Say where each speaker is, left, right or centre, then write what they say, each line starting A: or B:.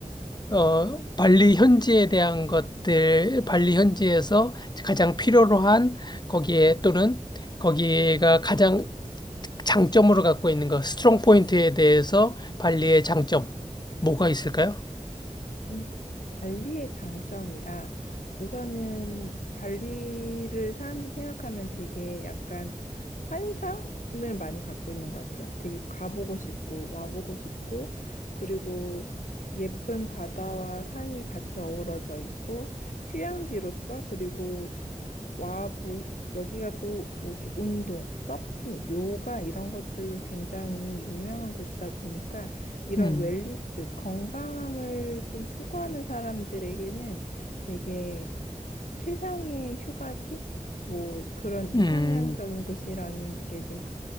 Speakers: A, on the left; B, on the left.
A: 어, 발리 현지에 대한 것들, 발리 현지에서 가장 필요로 한 거기에 또는 거기가 가장 장점으로 갖고 있는 것, 스트롱 포인트에 대해서 발리의 장점, 뭐가 있을까요?
B: 음. 발리의 장점이라 우선은 발리를 사람들이 생각하면 되게 약간 환상을 많이 갖고 있는 것 같아요. 되게 가보고 싶고 와보고 싶고 그리고 예쁜 바다와 산이 같이 어우러져 있고 휴양지로서 그리고 와, 뭐, 여기가 또, 뭐, 이렇게 운동, 서핑, 요가 이런 것들로 굉장히 유명한 곳이다 보니까 이런
A: 음,
B: 웰니스, 건강함을 좀 추구하는 사람들에게는 되게 최상의 휴가지? 뭐, 그런 이상향적인
A: 음.
B: 곳이라는 게 좀